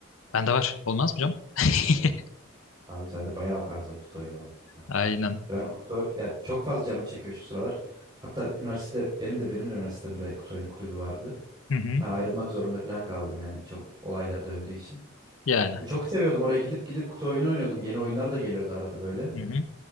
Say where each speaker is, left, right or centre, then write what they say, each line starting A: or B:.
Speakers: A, on the left; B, on the right.
A: Bende var. Olmaz mı canım? <laughs>
B: Oo. Abi sende bayağı fazla kutu oyunu var.
A: Aynen.
B: Ya Ben o kutu ya çok fazla canım çekiyor şu sıralar. Hatta üniversitede benim de benim de üniversitemde kutu oyunu kulübü vardı.
A: Hı hı.
B: Ben ayrılmak zorunda falan kaldım yani çok olaylar döndüğü için.
A: Yani.
B: Ya çok seviyordum oraya gidip gidip kutu oyunu oynuyordum. Yeni oyunlar da geliyordu arada böyle.
A: Hı hı.